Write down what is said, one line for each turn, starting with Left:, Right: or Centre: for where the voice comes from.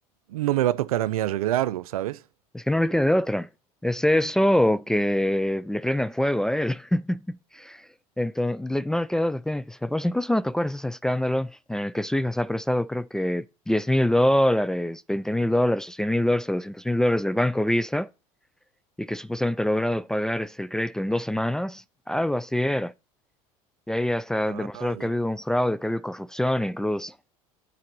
Right: no me va a tocar a mí arreglarlo, ¿sabes?
Centre: es que no le queda de otra. Es eso o que le prendan fuego a él. <laughs> Entonces, no le queda otra, tiene que escaparse. Incluso van a tocar ese escándalo en el que su hija se ha prestado, creo que diez mil dólares, veinte mil dólares, o cien mil dólares, o doscientos mil dólares del banco Visa, y que supuestamente ha logrado pagar este, el crédito en dos semanas. Algo así era. Y ahí hasta
Right: Ah,
Centre: demostrado
Right: ya.
Centre: que ha habido un fraude, que ha habido corrupción incluso.